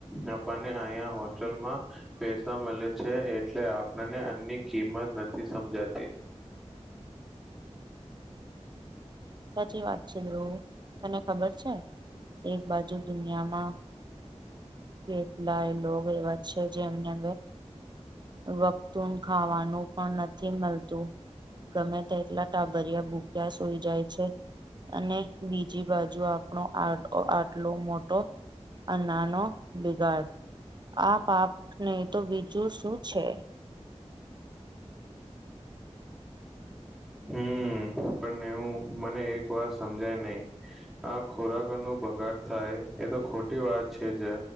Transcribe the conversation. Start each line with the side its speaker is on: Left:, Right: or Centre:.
Centre: આપાને અહીયા હોસ્ટેલમાં પૈસા મળે છે એટલે આપણને એની કિંમત નથી સમજાતી,
Right: સાચી વાત છે ધ્રુવ તને ખબર છે, એક બાજુ દુનિયામાં કેટલા એ લો એવા છે જેમને વખતું ખાવાનું પણ નથી મળતું ગમે તે એટલા ટાભર્યા બૂક્યા સોઈ જાય છે, અને બીજી બાજુ આપણો આ આટલો મોટો અનાનો બિગાડ આ પાપને તો બીજું શું છે.
Centre: હમ્મ પણનેવું મને એક વાર સમજાય નહી આ ખોરાક નું બગાડ થાય એ તો ખોટી વાત છે જ